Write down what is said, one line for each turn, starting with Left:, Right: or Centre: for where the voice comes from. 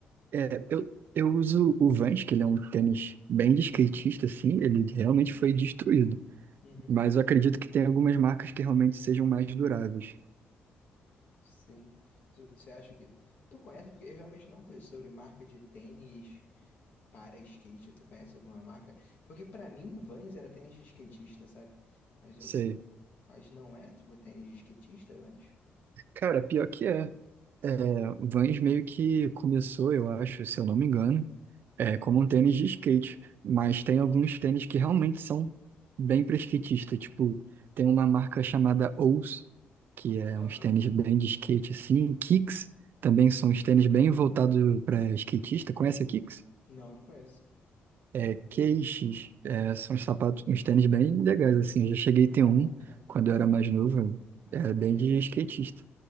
Right: É, eu, eu uso o Vans, que ele é um tênis bem de skatista, assim, ele realmente foi destruído.
Left: Uhum.
Right: Mas eu acredito que tem algumas marcas que realmente sejam mais duráveis.
Left: Sim. Tu- Você acha que. Tu conhece? Porque eu realmente não conheço sobre marca de tênis para skate. Tu conhece alguma marca? Porque pra mim, Vans era tênis de skatista, sabe? Mas eu.
Right: Sei.
Left: eu- Mas não é, tipo, tênis de skatista, Vans?
Right: Cara, pior que é. É, Vans meio que começou, eu acho, se eu não me engano, é, como um tênis de skate, mas tem alguns tênis que realmente são bem para skatista, tipo, tem uma marca chamada Ous, que é
Left: Aham.
Right: uns tênis bem de skate assim, Kicks também são uns tênis bem voltados para skatista, conhece a Kicks?
Left: Não, não conheço.
Right: É, QX, é, são uns sapatos, uns tênis bem legais assim, eu já cheguei
Left: Caraca.
Right: a ter um quando eu era mais novo,
Left: Ah,
Right: era
Left: maneiro.
Right: bem de skatista.